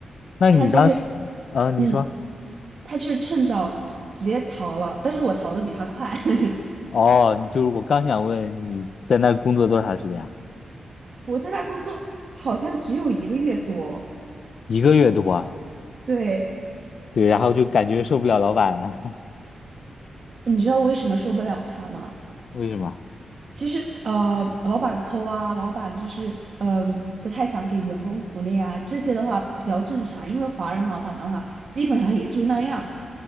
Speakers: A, on the left; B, on the right.
A: 那你当时，
B: 他就是，
A: 嗯、
B: 嗯，
A: 你说，
B: 他就是趁早直接逃了，但是我逃的比他快。<laughs>
A: 哦，你就是我刚想问你在那儿工作多长时间啊？
B: 我在那工作好像只有一个月多，
A: 一个月多啊，
B: 对，
A: 对，然后就感觉受不了老板了，<laughs>
B: 你知道为什么受不了他吗？
A: 为什么？
B: 其实，呃，老板抠啊，老板就是，嗯、不太想给员工福利啊，这些的话比较正常，因为华人老板的话，基本上也就那样，